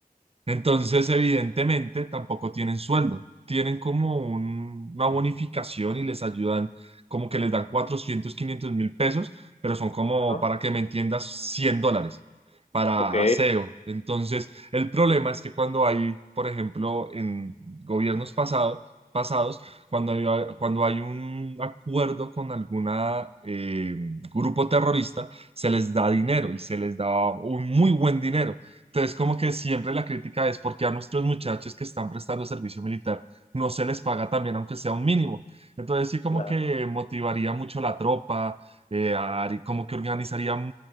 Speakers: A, on the right (about 40°); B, on the left (about 45°).
A: Entonces, evidentemente, tampoco tienen sueldo. Tienen como un- una bonificación y les ayudan, como que les dan 400, quinientos mil pesos, pero son como,
B: ah,
A: para que me entiendas, 100 dólares para
B: ok,
A: aseo. Entonces, el problema es que cuando hay, por ejemplo, en gobiernos pasados, pasados, cuando hay, cuando hay un acuerdo con alguna eh, grupo terrorista, se les da dinero y se les da un muy buen dinero. Entonces, como que siempre la crítica es porque a nuestros muchachos que están prestando servicio militar no se les paga también, aunque sea un mínimo. Entonces, sí, como
B: claro.
A: que motivaría mucho la tropa, eh, harí- como que organizaría mu-